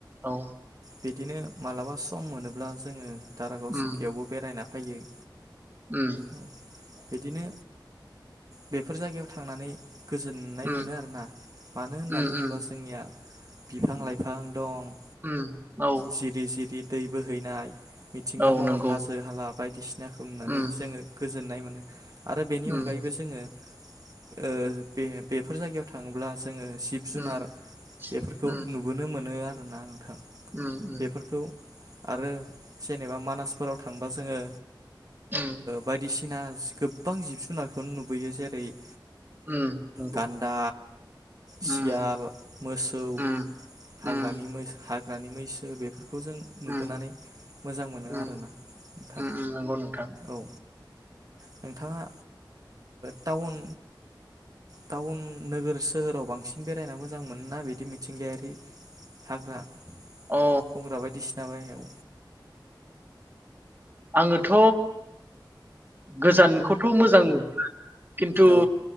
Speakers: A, on the right; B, on the right.
A: औ।
B: बिदिनो मालाबा सम मोनोब्ला जोङो दारागाव
A: उम
B: सुकियावबो बेरायना फैयो।
A: उम।
B: औ बिदिनो बेफोर जायगायाव थांनानै गोजोननाय
A: उम
B: मोनो आरोना मानो होनना
A: उम
B: बुङोब्ला
A: उम
B: जोंनिया बिफां- लाइफां, दं
A: उम औ।
B: जिरि जिरि दै बोहैनाय, मिथिंगा
A: औ
B: महर
A: नंगौ
B: हाजो -हाला बायदिसिनाखौ नुनानै
A: उम
B: जोङो गोजोननाय मोनो आरो बेनि
A: उम
B: अनगायैबो जोङो- ओ। बे बेफोर जायगायाव थाङोब्ला जोङो जिब- जुनार
A: उम
B: बेफोरखौ
A: उम
B: नुबोनो मोनो ना नोंथां।
A: उम।
B: बेफोरखौ आरो जेनेबा मानासफोराव थांबा जोङो
A: उम
B: बायदिसिना गोबां जिब- जुनारखौ नुबोयो जेरै-
A: उम नंगौ
B: गान्दा, सियाल,
A: उम
B: मोसौ,
A: उम
B: हाग्रानि
A: उम
B: मैसो बे बेफोरखौ जों नुबोनानै
A: उम
B: मोजां मोनो
A: उम
B: आरोना नोंथां
A: उम नंगौ नोंथां
B: औ नोंथाङा टाउन टाउन नोगोर सोहोराव बांसिन बेरायना मोजां मोना बिदि मिथिंगायारि हाग्रा बुंंग्रा
A: अ
B: बायदिसिना जाबायाव
A: आङोथ' गोजानखौथ' मोजां मोन खिन्थु
B: औ